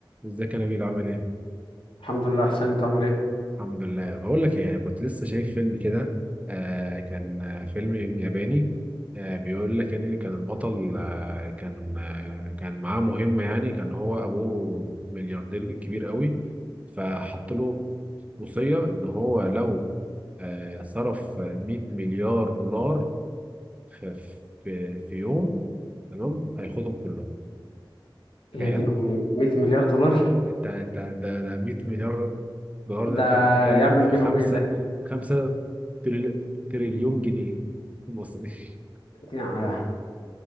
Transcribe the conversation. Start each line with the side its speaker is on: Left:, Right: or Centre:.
Right: ازيك يا نبيل عامل ايه؟
Left: الحمد لله حسين انت عامل ايه
Right: الحمد لله بقول لك ايه كنت لسه شايف فيلم كده آه كان آه، فيلم ياباني آه بيقول لك يعني كان البطل آه كان آه كان معاه مهمة يعني كان هو ابوه ملياردير كبير قوي فحط له وصية ان هو لو آه صرف 100 مليار دولار في في في يوم تمام هياخدهم كلهم تخيل
Left: يا دين امي 100 مليار دولار
Right: انت انت ده ده 100 مليار
Left: <laughs>
Right: دولار ده
Left: ده
Right: انت بتتكلم
Left: يعمل
Right: في
Left: بيهم
Right: خمسة
Left: ايه ده
Right: خمسة تريل- تريليون جنيه مصري <laughs>
Left: يا-